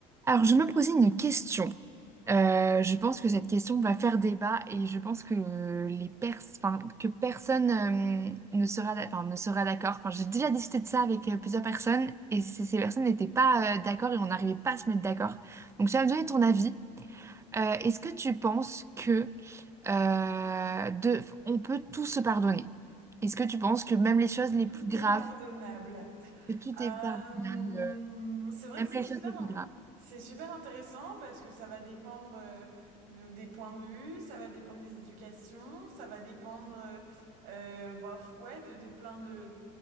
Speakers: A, on the right (about 15°); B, on the right (about 65°).
A: Alors, je me posais une question. Euh, je pense que cette question va faire débat et je pense que euh, les pers enfin, que personne euh, ne sera, d'a- enfin, ne sera d'accord. Enfin, j'ai déjà discuté de ça avec euh, plusieurs personnes et c- ces personnes n'étaient pas euh, d'accord et on n'arrivait pas à se mettre d'accord. Donc, j'aimerais donner ton avis. Euh, est-ce que tu penses que euh, de, on peut tout se pardonner? Est-ce que tu penses que même les choses les
B: Tout
A: plus graves,
B: est pardonnable.
A: que tout
B: Euh,
A: est pardonnable, euh,
B: c'est vrai
A: même
B: que c'est
A: les
B: super,
A: choses les
B: in-
A: plus graves?
B: c'est super intéressant parce que ça va dépendre euh, de, des points de vue, ça va dépendre des éducations, ça va dépendre, euh, euh, bof, ouais, de, de plein de,